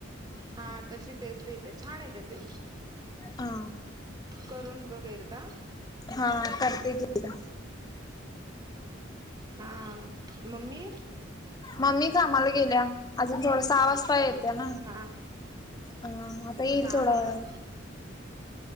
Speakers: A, on the right; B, on the left.
A: हा तशी टेस्ट येते छान येते ते
B: हा
A: करून बघ एकदा
B: हा करते की एकदा
A: हां मम्मी
B: मम्मी कामाला गेल्या अजून थोड सहा वाजता येत. त्या ना
A: हां
B: अ आता येईल
A: हां
B: थोडा
A: हां
B: वेळानं